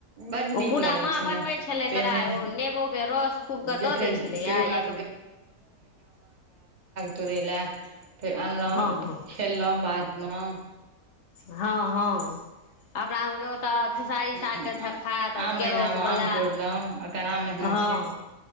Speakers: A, on the right (about 35°); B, on the left (about 65°).
A: बड
B: ओ
A: नीक
B: पूरा
A: लागै
B: माँ बनबै छलै
A: पहिने
B: तोरा ओ नेबोके रस खूब कऽ
A: जे
B: दऽ
A: फेर
B: दै छलैए
A: कहियो काल
B: एक।
A: तुर ला। फेर अनलहुँ
B: हँ हँ
A: खेललहुँ बादमे।
B: हँ हँ अपना सभके ओतय। खेसारी
A: ह
B: सागके झखा त आ
A: आम
B: केराउवला।
A: महिना मे आम तोड़लहुं एखन आम महिना
B: हँ
A: छै